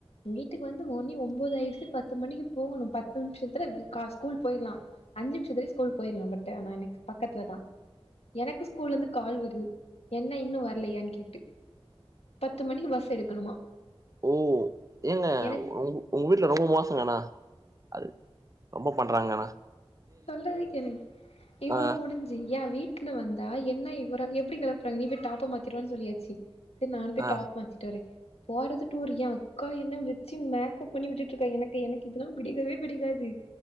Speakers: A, on the left (about 80°); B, on the right (about 35°).
A: வீட்டுக்கு வந்து மணி ஒன்பதாயிச்சி பத்து பத்து மணிக்கு போகணு பத்து நிமிஷத்துல கா ஸ்கூல் போயில்லா அஞ்சு நிமித்துலயே ஸ்கூல் போயிட்லா பட் ஆன எனக்கு பக்கத்துல தா எனக்கு ஸ்கூல்ல இருந்து கால் வருது என்ன இன்னு வர்லையன்னனு கேட்டு பத்து மணிக்கு பஸ் எடுக்கணுமா
B: ஓ ஏங்க
A: எனக்கு
B: உ உங்க வீட்ல ரொம்ப மோசங்க ஆனா அது ரொம்ப பண்ணுறாங்க ஆனா
A: சொல்றதே கேளுங்க இவ்ளவு
B: ஆ
A: முடிஞ் ஜி ஏ வீட்ல வந்தா என்ன இவர எப்டி கெளப்புறாங்க நீ போய் டாப்ப மாத்திடுவான் சொல்லியாச்சி சேர் நானு போய்
B: ஆ
A: டாப் மாத்திட்டு வரே போறது டூரு ஏ அக்கா என்ன வெச்சி மேக்கப் பண்ணி விட்டுட்டிருக்கா எனக்கு எனக்கு இதெலாம் பிடிக்கவே பிடிக்காது